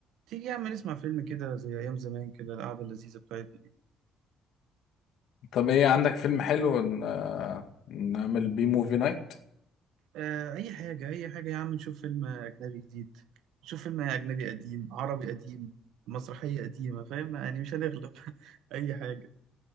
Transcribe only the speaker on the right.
تيجي يا عم نسمع فيلم كده زي أيام زمان كده القعدة اللذيذة بتاعتنا دي
آه أي حاجة أي حاجة يا عم نشوف فيلم أجنبي جديد نشوف فيلم أجنبي قديم عربي قديم مسرحية قديمة فاهم يعني مش هنغلب <laughs> أي حاجة